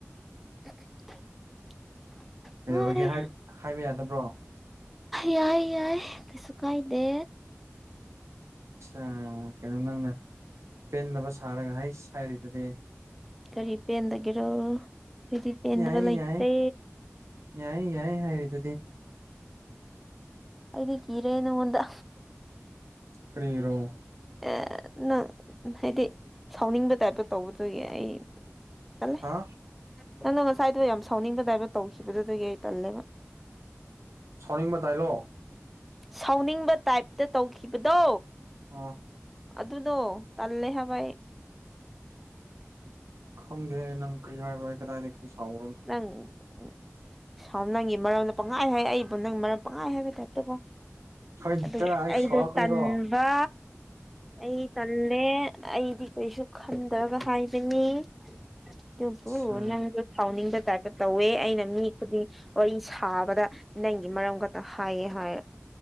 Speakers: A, in the centre; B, on the right (about 70°).
A: <inaudible>
B: ꯀꯩꯗꯧꯔꯒꯦ
A: ꯍꯣꯏ
B: ꯍꯥꯏ ꯍꯥꯏꯕ ꯌꯥꯗꯕ꯭ꯔꯣ
A: ꯌꯥꯏ ꯌꯥꯏ ꯀꯩꯁꯨ ꯀꯥꯏꯗꯦ
B: ꯑ ꯀꯩꯅꯣ ꯅꯪꯅ ꯄꯦꯟꯗꯕ ꯁꯥꯔꯒ ꯍꯥꯏ ꯍꯥꯏꯔꯤꯗꯨꯗꯤ
A: ꯀꯔꯤ ꯄꯦꯟꯗꯒꯦꯔꯣ ꯍꯥꯏꯗꯤ ꯄꯦꯟꯗꯕ
B: ꯌꯥꯏ
A: ꯂꯩꯇꯦ
B: ꯌꯥꯏ ꯌꯥꯏ ꯌꯥꯏ ꯍꯥꯏꯔꯤꯗꯨꯗꯤ
A: ꯑꯩꯗꯤ ꯀꯤꯔꯦ ꯅꯉꯗ
B: ꯀꯔꯤꯔꯣ
A: ꯑꯦ ꯅꯪ ꯍꯥꯏꯗꯤ ꯁꯥꯎꯅꯤꯡꯕ ꯇꯥꯏꯞꯇ ꯇꯧꯕꯗꯨꯒꯤ ꯑꯩ ꯇꯜꯂꯦ
B: ꯍꯥ
A: ꯅꯪꯅ ꯉꯁꯥꯏꯗꯣ ꯌꯥꯝ ꯁꯥꯎꯅꯤꯡꯕꯗꯥꯏꯕ ꯇꯧꯈꯤꯕꯗꯨꯗꯒꯤ ꯑꯩ ꯇꯜꯂꯦꯕ
B: ꯁꯥꯎꯅꯤꯡꯕ ꯇꯥꯏꯂꯣ
A: ꯁꯥꯎꯅꯤꯡꯕ ꯇꯥꯏꯞꯇ ꯇꯧꯈꯤꯕꯗꯣ
B: ꯑꯥ
A: ꯑꯗꯨꯗꯣ ꯇꯜꯂꯦ ꯍꯥꯏꯕꯥꯏ
B: ꯍꯪꯦ ꯅꯪ ꯀ꯭ꯔꯤ ꯍꯥꯏꯕ ꯀꯗꯥꯏꯗꯒꯤ ꯁꯥꯎꯝ
A: ꯅꯪ ꯎ ꯁꯥꯎ ꯅꯪꯒꯤ ꯃꯔꯝꯗ ꯄꯪꯉꯥꯏ ꯍꯥꯏ ꯑꯩꯕꯨ ꯅꯪ ꯃꯔꯝ ꯄꯪꯉꯥꯏ ꯍꯥꯏꯕꯗꯠꯇꯕꯣ
B: ꯍꯣꯏꯗ
A: ꯑꯗꯨꯒ
B: ꯑꯩ
A: ꯑꯩꯗꯣ
B: ꯁꯥꯎꯔꯛꯀꯅꯤꯀꯣ
A: ꯇꯟꯕ ꯑꯩ ꯇꯜꯂꯦ ꯑꯩꯗꯤ ꯀꯩꯁꯨ ꯈꯟꯗꯕ ꯍꯥꯏꯕꯅꯤ ꯑꯗꯨꯕꯨ
B: ꯑꯠꯁꯥ
A: ꯅꯪ ꯁꯥꯎꯅꯤꯡꯕ ꯇꯥꯄ ꯇꯧꯋꯦ ꯑꯩꯅ ꯃꯤ ꯈꯨꯗꯤꯡ ꯋꯥꯔꯤ ꯁꯥꯕꯗ ꯅꯪꯒꯤ ꯃꯔꯝ ꯈꯛꯇ ꯍꯥꯏꯌꯦ ꯍꯥꯏ